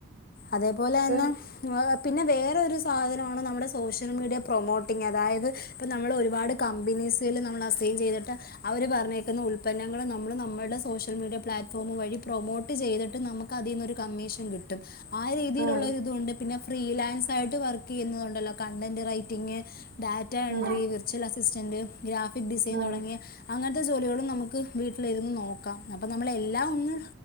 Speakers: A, on the left; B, on the right.
A: അതേപോലെ
B: ഇപ്പം
A: തന്നെ പിന്നെ വേറൊരു സാധനവാണ്. നമ്മുടെ സോഷ്യൽ മീഡിയ പ്രൊമോട്ടിങ് അതായത് ഇപ്പോം നമ്മൾ ഒരുപാട് കമ്പനീസില് നമ്മൾ അസൈൻ ചെയ്തിട്ട് അവര് പറഞ്ഞേക്കുന്ന ഉൽപ്പന്നങ്ങൾ നമ്മൾ നമ്മളുടെ സോഷ്യൽ മീഡിയ പ്ലാറ്റ്ഫോം വഴി പ്രൊമോട്ട് ചെയ്തിട്ട് നമുക്ക് അതിൽന്നൊരു കമ്മീഷൻ കിട്ടും. ആ രീതിയിലുള്ള
B: ആഹ്
A: ഒരിതുണ്ട് പിന്നെ ഫ്രീലാൻസ് ആയിട്ട് വർക്ക് ചെയ്യുന്നതുണ്ടല്ലോ? കണ്ടന്റ് റൈറ്റിംങ്‌, ഡാറ്റ എൻട്രി
B: ആഹ്
A: വിർച്വൽ അസിസ്റ്റന്റ്, ഗ്രാഫിക് ഡിസൈൻ
B: ആഹ്
A: തുടങ്ങിയ അങ്ങനത്തെ ജോലികളും നമുക്ക് വീട്ടിലിരുന്ന് നോക്കാം. അപ്പം നമ്മള് എല്ലാം ഒന്ന്